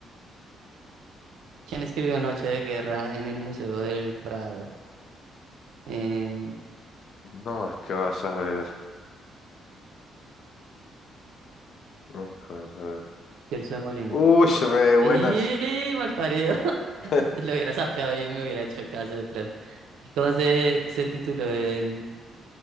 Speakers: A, on the right; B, on the left.
A: ¿Quién escribió Noche de Guerra en el Museo del Prado? Eh,
B: No, qué vas a ver. No, qué vas a ver.
A: Tirso de Molina.
B: Uy, re buenas.
A: ¡Y malparido! <laughs>
B: <laughs>
A: Lo hubiera sapeado y me hubiera hecho caso de pronto. ¿Cómo se, se tituló en